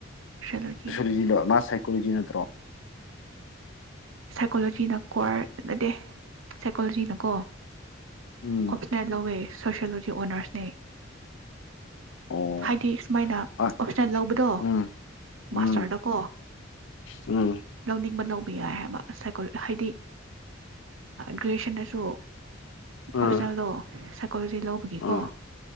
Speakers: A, on the right; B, on the left.
A: ꯁꯣꯁꯤꯌꯣꯂꯣꯖꯤ
B: ꯁꯣꯁꯣꯂꯣꯖꯤ ꯂꯣ ꯃꯥ ꯁꯥꯏꯀꯣꯖꯤ ꯅꯠꯇ꯭ꯔꯣ
A: ꯁꯥꯏꯀꯣꯂꯣꯖꯤ ꯅ ꯀ꯭ꯋꯥꯔ ꯅꯗꯦ ꯁꯥꯏꯀꯣꯂꯣꯖꯤ ꯅ ꯀꯣ
B: ꯎꯝ
A: ꯑꯣꯞꯁꯅꯦꯜ ꯂꯧꯋꯦ ꯁꯣꯁꯤꯌꯣꯂꯣꯖꯤ ꯑꯣꯅꯔꯁꯅꯦ
B: ꯑꯣ
A: ꯍꯥꯏꯗꯤ ꯁꯨꯃꯥꯏꯅ
B: ꯑ
A: ꯑꯣꯞꯁꯅꯦꯜ ꯂꯧꯕꯗꯣ
B: ꯎꯝ ꯎꯝ
A: ꯃꯥꯁꯇꯔꯗꯀꯣ
B: ꯎꯝ
A: ꯂꯧꯅꯤꯡꯕ ꯂꯧ ꯕꯤꯌꯥꯍꯄꯤ ꯃꯥ ꯁꯥꯏꯀꯣ ꯍꯥꯏꯗꯤ ꯒ꯭ꯔꯦꯖꯨꯌꯦꯁꯟꯗꯁꯨ
B: ꯎꯝ
A: ꯑꯣꯞꯁꯅꯦꯜꯗꯣ ꯁꯥꯏꯀꯣꯂꯣꯖꯤ ꯂꯧꯕꯒꯤꯀꯣ
B: ꯎꯝ